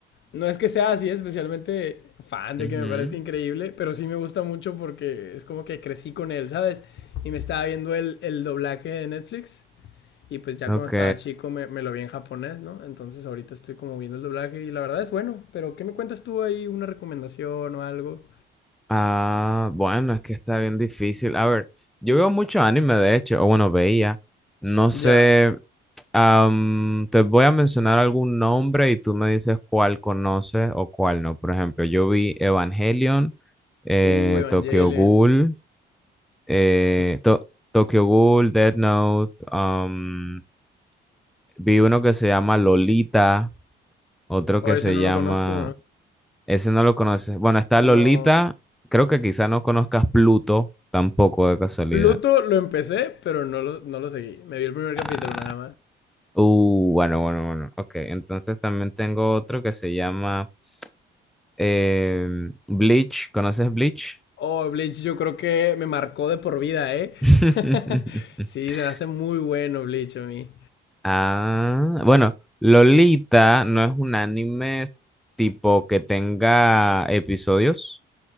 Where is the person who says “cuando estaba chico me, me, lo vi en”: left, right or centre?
Left